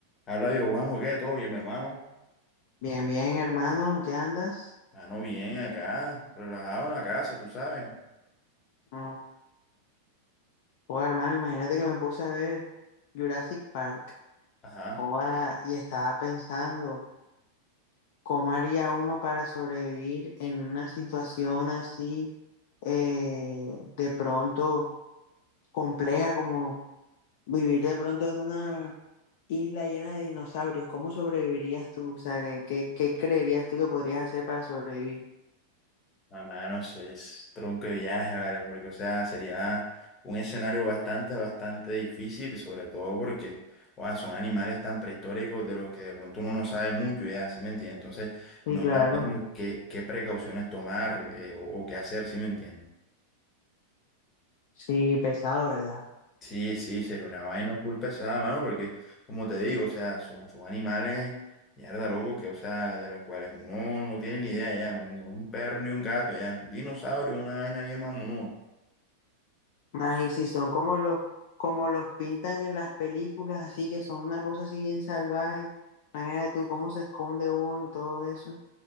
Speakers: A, on the left; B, on the left.
A: Habla yo, Juanjo, ¿qué? ¿Todo bien, mi hermano?
B: Bien, bien, hermano, ¿qué andas?
A: Mano, bien, acá, relajado en la casa, tú sabes.
B: No, Oh, hermano, imagínate que me puse a ver Jurassic Park.
A: Ajá.
B: Oh, ah, y estaba pensando, ¿cómo haría uno para sobrevivir en una situación así eh, de pronto compleja como vivir de pronto en una isla llena de dinosaurios? ¿Cómo sobrevivirías tú? O sea, ¿qué, qué qué creerías tú que podrías hacer para sobrevivir?
A: Ah, mano, eso es tronco de viaje, ¿vale? Porque, o sea, sería un escenario bastante, bastante difícil, sobre todo porque, sea, son animales tan prehistóricos de los que de pronto uno no sabe mucho, ya, ¿sí me entiendes? Entonces,
B: Sí,
A: no
B: claro,
A: sabemos qué, qué precauciones tomar eh, o, o qué hacer, ¿sí me entiendes?
B: sí, pesado, ¿verdad?
A: Sí, sí, sería una vaina full pesada, mano, porque como te digo, o sea, son, son animales, mierda, loco, que, o sea, de los cuales uno no tiene ni idea ya, no, ni un perro ni un gato, ya, es un dinosaurio, una vaina bien mamonúa.
B: Ay, si son como los, como los pintan en las películas, así que son una cosa así bien salvaje. Imagínate tú cómo se esconde uno y todo eso.